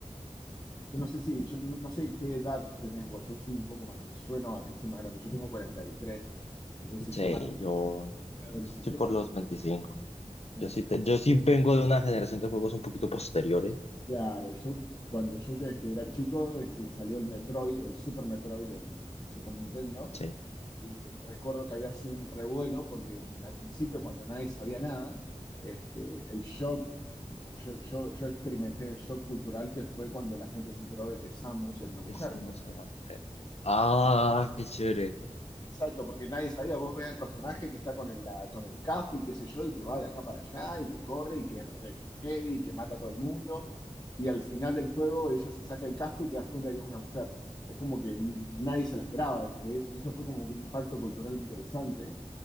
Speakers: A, on the left (about 30°); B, on the left (about 55°).
A: Yo no sé si, yo no, no sé qué edad tenés vos, yo soy un poco más, sueno a que soy más grande, yo tengo cuarenta y tres Entonces
B: Sí,
A: yo me
B: yo
A: era adolescente
B: estoy por
A: cuando,
B: los veinticinco
A: claro,
B: Yo sí, te- yo sí vengo de una generación de juegos un poquito posteriores.
A: claro, yo cuando yo este, era chico, este, salió el Metroid, el Super Metroid en, en Super Nintendo,
B: Sí.
A: y recuerdo que había sido un revuelo porque al principio cuando nadie sabía nada, este, el shock yo, yo, yo experimenté el shock cultural que fue cuando la gente se enteró de que Samus era una mujer.
B: Estamos, era mujer. Ah, qué chévere.
A: Exacto, porque nadie sabía. Vos ves al personaje que está con el, la- con el casco y qué sé yo, y que va de acá para allá, y que corre, y que es re heavy, y que mata a todo el mundo. Y al final del juego ella se saca el casco y te das cuenta que es una mujer. Es como que n- nadie se la esperaba eso. y Eso, eso fue como un impacto cultural interesante,